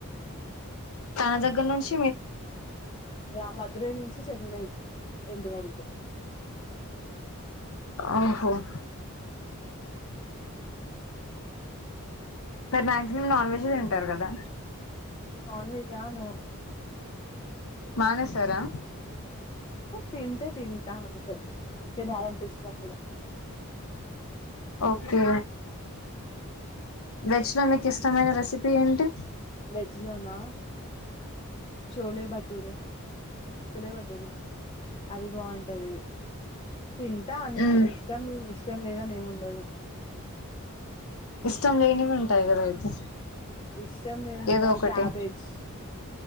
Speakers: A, on the left (about 70°); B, on the left (about 25°).
A: తన దగ్గర్నుంచి
B: యా మధురై నుంచి చెన్నై ఇంటి వరకు
A: ఆ హావ్ మరి మక్ జిమమ్ నాన్ వెజ్ ఏ తింటారు కదా
B: నాన్ వెజా నో
A: మానేసారా
B: తిన్టే తింట అంతే తినల్పిచ్ నప్పుడు
A: ఓకే వెజ్లో మీకు ఇష్టమైన రెసిపీ ఏంటి
B: వెజ్ లోనా చోలే భట్టురే చోలే భటూరీ అది బావుంటది తింటా అన్ని
A: మ్మ్
B: ఇష్టం ఇష్ ష్టం లేదా నేమ్ ఉండదు
A: ఇష్టం లేనివి ఉంటాయి గదా అయితే
B: ఇష్టం లెనిదా
A: ఏదో ఒకటి
B: క్యాబేజ్